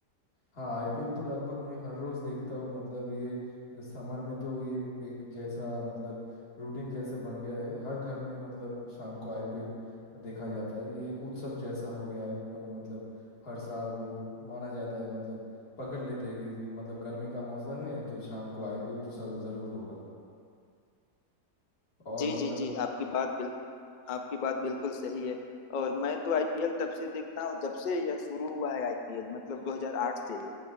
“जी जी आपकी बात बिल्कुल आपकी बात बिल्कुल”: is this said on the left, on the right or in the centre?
Left